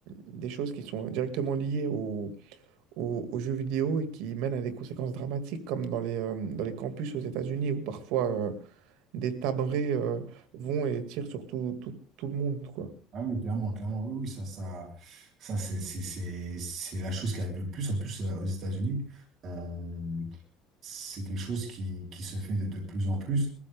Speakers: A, on the right; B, on the right.
A: des choses qui sont directement liées au- au- aux jeux vidéo et qui mènent à des conséquences dramatiques, comme dans les, euh, dans les campus aux États-Unis, où parfois euh, des tabrés euh, vont et tirent sur tout, tout, tout le monde, quoi.
B: Ah oui, clairement, clairement, oui, oui, ça, ça, ça, c'est, c'est, c'est, c'est la chose qui arrive le plus. En plus, euh, aux États-Unis, euh, c'est quelque chose qui, qui se fait de, de plus en plus.